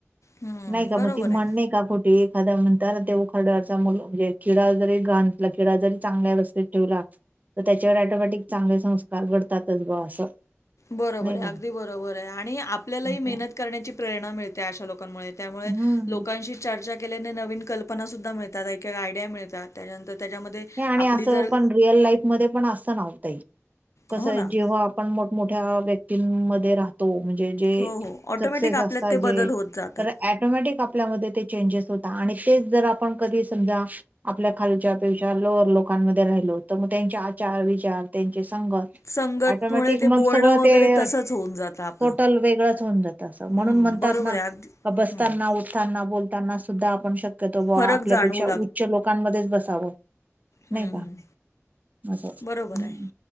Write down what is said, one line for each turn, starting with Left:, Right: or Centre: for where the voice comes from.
Left: हम्म
Right: नाही का,
Left: बरोबर
Right: मग ती
Left: आहे
Right: म्हण नाही कु एखादा म्हणतात ना, उघड्यावरच मूळ जे किडा जरी घाणीतला किडा जरी चांगल्या रस्त्यात ठेवला तर त्याच्यावर ॲटोमॅटीक चांगले संस्कार घडतातच बा असं.
Left: बरोबर
Right: नाही
Left: आहे,
Right: का.
Left: अगदी बरोबर आहे, आणि आपल्यालाही
Right: अच्छा
Left: मेहनत करण्याची प्रेरणा मिळते, अशा लोकांमुळे त्यामुळे
Right: हम्म
Left: लोकांशी चर्चा केल्याने नवीन कल्पनासुद्धा मिळतात, एकायला आयडिया मिळतात. त्याच्यानंतर त्याच्यामध्ये
Right: हे आणि
Left: आपली
Right: असं
Left: जर
Right: पण रिअल लाईफ मध्ये पण असताना हो ताई, कसय
Left: हो ना
Right: जेव्हा पण मोठमोठ्या व्यक्तीमध्ये राहतात तो म्हणजे जे
Left: हो, हो. ऑटोमॅटिक
Right: सक्सेस असतात,
Left: आपल्यात ते
Right: जे
Left: बदल होत जातात.
Right: ॲटोमॅटिक आपल्यामध्ये ते चेंजेस होता, आणि तेच जर आपण कधी समजा आपल्या खालच्यापेक्षा लोअर लोकांमध्ये राहिलो, तर मग त्यांचे आचार, विचार, त्यांचे संगत
Left: संगतमुळे
Right: ॲटोमॅटिक
Left: ते
Right: मग
Left: बोलणं
Right: सगळं
Left: वगैरे
Right: ते,
Left: तसंच होऊन जातं आपलं.
Right: टोटल वेगळंच होऊन जात. तसं म्हणून
Left: हं,
Right: म्हणतात
Left: बरोबर
Right: ना,
Left: आहे अगदी.
Right: का बसताना,
Left: हं.
Right: उठताना, बोलत ताना सुद्धा आपण शक्यतो बा,
Left: फरक
Right: आपल्यापेक्षा
Left: जाणवू
Right: उच्च लोकांमध्येच बसावं.
Left: हम्
Right: नाही
Left: हम्,
Right: का असं
Left: बरोबर
Right: हं.
Left: आहे.